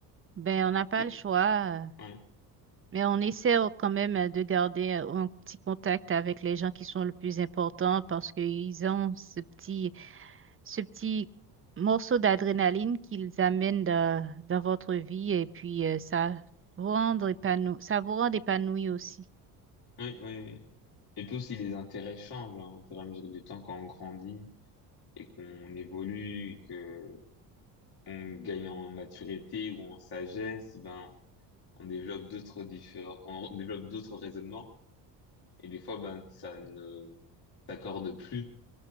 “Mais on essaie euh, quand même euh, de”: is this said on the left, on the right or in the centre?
Right